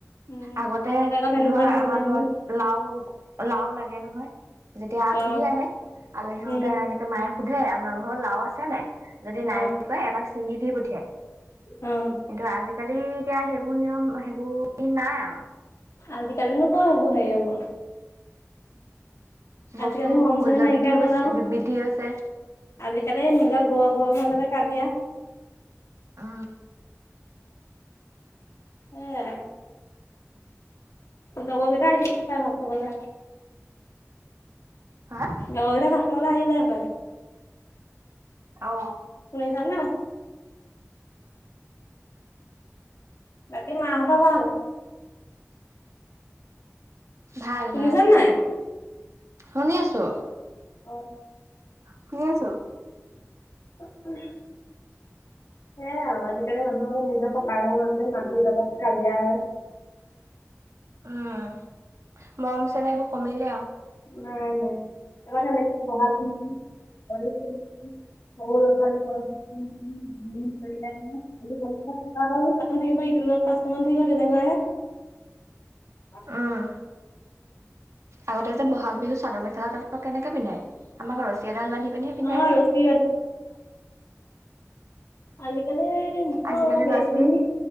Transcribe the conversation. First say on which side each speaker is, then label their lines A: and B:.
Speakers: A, on the left (about 70°); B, on the right (about 65°).
A: উম
B: আগতে
A: আকৌ তেনেকুৱা
B: ধৰ
A: নাছিলে
B: আমাৰ
A: নহয়
B: ঘৰত লাও লাও লাগে নহয়। যেতিয়া আলহী
A: অ
B: আহে আলহী
A: উম
B: আহুতে এনেকে মায়ে সুধে আপোনালোকৰ লাও আছে নে। যদি
A: অ
B: নাই বুলি কয় এটাক ছিঙি দি পঠিয়াই।
A: অ
B: ত আজিকালি এতিয়া সেইবোৰ নিয়ম সেইবোৰ নাই আৰু।
A: আজিকালি নো কোৱা হ'ব সে হব।
B: বস্তু
A: আজিকালি মৰম
B: মূল্য
A: চেনেহ নাইকিয়া
B: বৃদ্ধিও
A: হল
B: বেছি
A: আৰু
B: বৃদ্ধি হৈছে।
A: আজিকালি নিজক। ঘৰৰ মাজতে কাজিয়া।
B: অ
A: হেয়া লগ কেইটা আহিছিলে ভাত খাবলে।
B: হা
A: লগ কেইটা ভাত খাবলে আহিলে সপাই।
B: অ।
A: শুনিছা নে। বাকী মা হত ভাল।
B: ভাল
A: শুনিছা
B: ভাল
A: নাই
B: শুনি আছো।
A: অ।
B: শুনি আছোঁ।
A: কাক কয় আছা। সেয়াই আৰু আজিকালি মানুহ নিজৰ ককা ঘৰতে মাটিৰ লগত কাজিয়া হয়।
B: উম মৰম চেনেহ একো কমিলে আৰু।
A: উম এবাৰ ক'লে বহাল দিম দিম হ'লে দিম দিম। বহল এইফালে জাগা ওম। ওম থাকিবা নহয় এতিয়া পাঁচটা মান। সেয়া তেনেকুৱা হে। অ।
B: উম, আগতে যে ব'হাগ বিহু চাদৰ মেখেলা তাতে কেনেকে পিন্ধে আমাৰ ৰচিত এডাল। এডাল বান্ধি পিন্ধিয়ে পিন্ধাই
A: অ
B: দিয়ে।
A: ৰছী আজি কালি হেৰি
B: আজিকালি ল'ৰা ছোৱালী
A: পিনে।